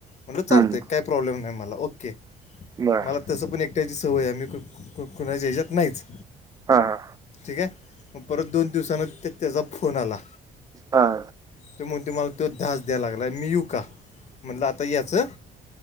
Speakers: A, on the left (about 40°); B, on the right (about 20°).
A: म्हणलं चालतय
B: हम्म
A: काही प्रॉब्लेम नाही मला ओके
B: बर
A: मला तसं पण एक त्याची सवय मी कु कुणाच्या याच्यात नाहीच.
B: हा हा.
A: ठीक आहे मग परत दोन दिवसानं ते त्याचा फोन आला.
B: हा.
A: त्यो म्हणतोय मला तो दहाचं द्याय लागलाय मी येऊ का म्हणलं आता याचं